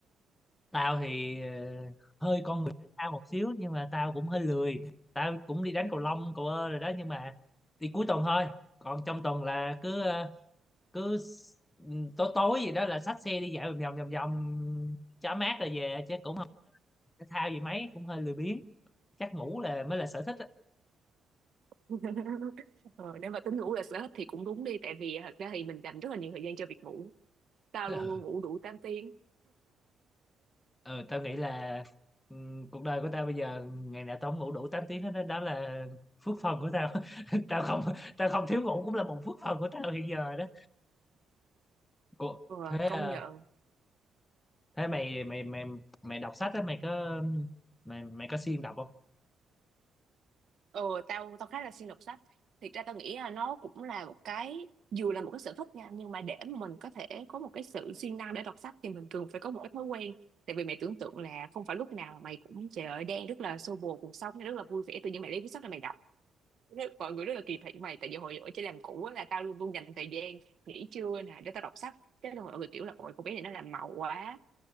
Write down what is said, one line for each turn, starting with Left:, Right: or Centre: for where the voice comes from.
Left: tao thì ờ, hơi con người thể thao một xíu nhưng mà tao cũng hơi lười tao cũng đi đánh cầu lông cầu ơ rồi đó nhưng mà đi cuối tuần thôi còn trong tuần là cứ cứ s- tối tối gì đó là xách xe đi dạo vòng vòng vòng vòng cho mát rồi về chứ cũng không thể thao gì mấy cũng hơi lười biếng chắc ngủ là mới là sở thích á
Right: <laughs> ờ, nếu mà tính ngủ là sở thích thì cũng đúng đi. Tại vì à, thật ra thì mình dành rất là nhiều thời gian cho việc ngủ. Tao
Left: ừ,
Right: luôn luôn ngủ đủ 8 tiếng.
Left: <laughs> ừ, tao nghĩ là ừm, cuộc đời của tao bây giờ ngày nào tao không ngủ đủ 8 tiếng hết đó, đó là phước phần của tao <laughs> tao không tao không thiếu ngủ cũng là một phước phần của tao hiện giờ đó Ủa,
Right: Ờ,
Left: thế
Right: công
Left: à,
Right: nhận.
Left: thế mày mày mày mày đọc sách á mày có mày mày có siêng đọc không
Right: Ờ, tao tao khá là siêng đọc sách. Thiệt ra tao nghĩ là nó cũng là một cái dù là một cái sở thích nha nhưng mà để mà mình có thể có một cái sự siêng năng để đọc sách thì mình cần phải có một cái thói quen tại vì mày tưởng tượng là không phải lúc nào mày cũng trời ơi đang rất là xô bồ cuộc sống rất là vui vẻ tự nhiên mày lấy cuốn sách là mày đọc Thế mọi người rất là kỳ thị mày tại vì hồi ở trên làm cũ á, là tao luôn luôn dành thời gian nghỉ trưa nè để tao đọc sách thế là mọi người kiểu là ôi cô bé này nó làm màu quá